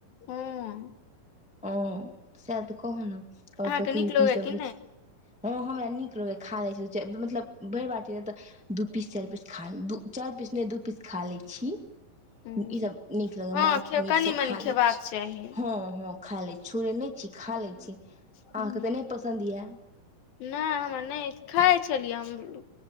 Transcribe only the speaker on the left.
हां।
अहाँके
नीक
लगैया
कि
नहि
हँ
खे
कनि
मनि
खेबाक
चाही
हुं
नै हमरा नै खाय छलियै हम रु